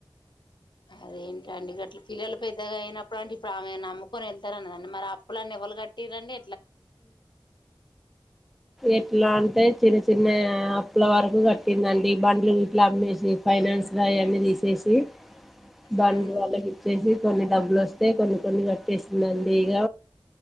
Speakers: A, on the left; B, in the centre.
A: అదేంటండి గట్లా పిల్లలు పెద్దగా అయినప్పుడు అంటే ఇప్పుడు ఆమె నమ్ముకొని ఎళ్తారు అన్నదండి మరి అప్పులు లన్నీ ఎవ్వలు కట్టిర్రండి.
B: ఎట్లా అంటే చిరు చిన్నే అప్పుల వరకు కట్ ట్టిందండి బండ్లు గిట్ల అమ్మేసి రీ ఫైనాన్స్ గా అయన్నీ తీసేసి బండ్లు
A: ఉమ్
B: వాళ్ళకు ఇచ్చేసి కొన్ని డబ్బులు వస్తే కొన్ని కొన్ని కట్టేసిందండి ఇగ